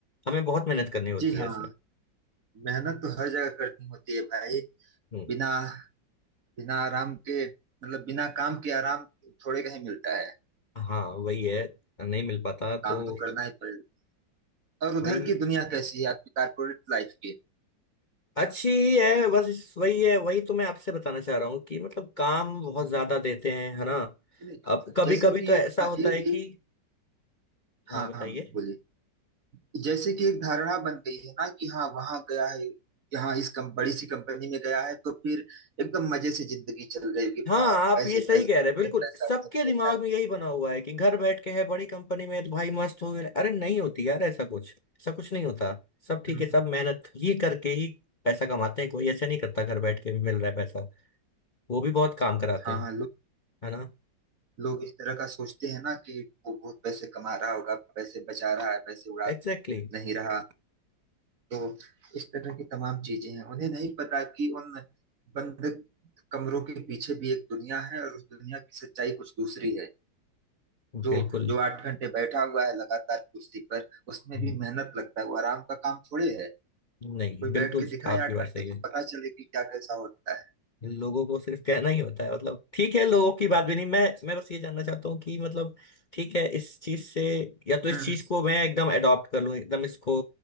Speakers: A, on the left; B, on the right.
A: हमें बहुत मेहनत करनी होती
B: जी हाँ
A: है इसमें
B: मेहनत तो हर जगह करनी होती है भाई
A: हम्म
B: बिना बिना आराम के मतलब बिना काम के आराम थोड़े कहीं मिलता है
A: हाँ वही है नहीं मिल पाता तो
B: काम तो करना ही पड़ेगा और उधर
A: वही
B: की दुनिया कैसी है आपकी कारपोरेट लाइफ की
A: अच्छी ही है बस इस- वही है वही तो मैं आपसे बताना चाह रहा हूँ कि मतलब काम बहुत
B: हम्म,
A: ज्यादा देते हैं है ना
B: है ना?
A: अब कभी
B: जैसे
A: कभी
B: कि
A: तो ऐसा
B: अ,
A: होता
B: ये
A: है कि
B: एक
A: हाँ
B: हाँ
A: बताइए
B: हाँ बोलिए जैसे कि एक धारणा बन गई है ना कि हाँ वहां गया है यहाँ इस कम बड़ी सी कंपनी में गया है तो फिर एकदम मजे से जिंदगी चल रही होगी
A: हाँ
B: हाँ
A: आप
B: पैसे
A: ये सही
B: पैसे
A: कह रहे हैं
B: इधर
A: बिल्कुल
B: पैसा
A: सबके
B: उधर
A: दिमाग
B: पैसा
A: में यही बना हुआ है कि घर बैठ के है बड़ी कंपनी में है, तो भाई मस्त हो गए अरे नहीं होती यार ऐसा कुछ ऐसा कुछ नहीं होता सब ठीक
B: हम्म।
A: है सब मेहनत ये करके ही पैसा कमाते हैं कोई ऐसा नहीं करता घर बैठ के भी मिल रहा है पैसा वो भी बहुत काम कराते
B: हाँ
A: हैं
B: हाँ
A: है ना
B: लोग इस तरह का सोचते हैं ना कि वो बहुत पैसे कमा रहा होगा पैसे बचा रहा है पैसे उड़ा
A: एग्जैक्टली
B: नहीं रहा तो इस तरह की तमाम चीजें हैं उन्हें नहीं पता कि उन बंद कमरों के पीछे भी एक दुनिया है और उस दुनिया की सच्चाई कुछ दूसरी है
A: exactly.
B: जो
A: बिल्कुल
B: जो आठ घंटे बैठा हुआ है लगातार कुर्सी पर उसमें
A: हम्म,
B: भी मेहनत लगता है वो आराम का काम थोड़े है
A: नहीं
B: कोई
A: बिल्कुल
B: बैठ के दिखाए
A: आपकी
B: आठ
A: बात
B: घंटे
A: सही
B: तो
A: है
B: पता चले कि क्या कैसा होता है
A: लोगों को सिर्फ कहना ही होता है मतलब ठीक है लोगों की बात भी नहीं मैं मैं बस ये जानना चाहता हूँ कि मतलब ठीक है इस चीज से या तो इस
B: हम्म,
A: चीज को मैं एकदम अडॉप्ट कर लूँ एकदम इसको